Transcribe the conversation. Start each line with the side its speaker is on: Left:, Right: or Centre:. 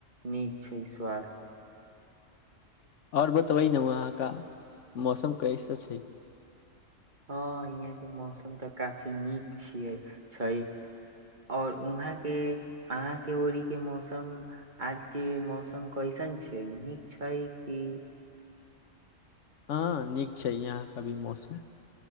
Right: नीक छै स्वास्थ्य
Left: आओर बतबै ने वहाँ का मौसम कैसे छै
Right: हँ यहाँ के मौसम तऽ काफी नीक छियै छै और वहााँ के अहााँके ओड़ी के मौसम आज के मौसम कैसन छियै नीक छै कि
Left: हँ नीक छै यहाँ क भी मौसम